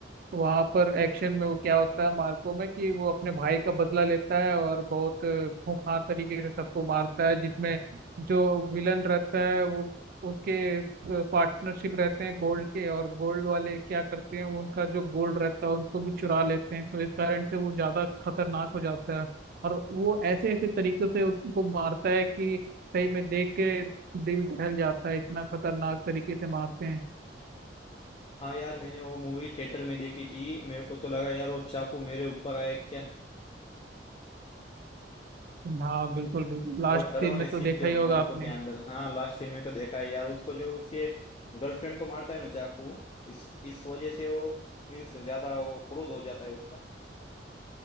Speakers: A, on the right; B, on the left.
A: वहां पर एक्शन में वो क्या होता है मार्को में कि वो अपने भाई का बदला लेता है और बहुत अ, खूंखार तरीके से सबको मारता है जिसमें जो विलन रहता है वो उसके पार्टनरशिप रहते हैं गोल्ड के और गोल्ड वाले क्या करते हैं वो उनका जो गोल्ड रहता है उनको भी चुरा लेते हैं तो इस कारण से वो ज्यादा खतरनाक हो जाता है और वो ऐसे ऐसे तरीके से उनको मारता है कि सही में देख के दिल दहल जाता है इतना खतरनाक तरीके से मारते हैं
B: हाँ यार मैंने वो मूवी थिएटर में देखी थी मेरे को तो लगा यार वो चाकू मेरे ऊपर आए क्या
A: हाँ बिल्कुल बिल्कुल लास्ट
B: बहुत डरावने
A: दिन में तो
B: सीन
A: देखा
B: थे
A: ही
B: वो
A: होगा
B: मारुको
A: आपने
B: के अंदर हाँ लास्ट सीन में तो देखा है यार उसको जो उसके गर्लफ्रेंड को मारता है ना चाकू इस इस वजह से वो मीन्स ज्यादा वो क्रोध हो जाता है उसका